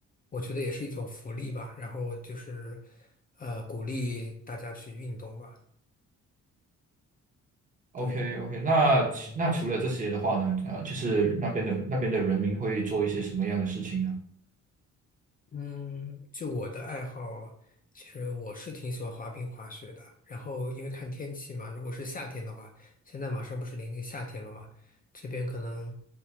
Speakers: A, on the left (about 30°); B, on the right (about 25°).
A: 我觉得也是一种福利吧。然后就是，呃，鼓励大家去运动吧。对，
B: OK OK，那其那除了这些的话呢，
A: 嗯。
B: 呃，就是那边的那边的人民会做一些什么样的事情呢？
A: 嗯，就我的爱好，其实我是挺喜欢滑冰、滑雪的。然后因为看天气嘛，如果是夏天的话，现在马上不是临近夏天了嘛，这边可能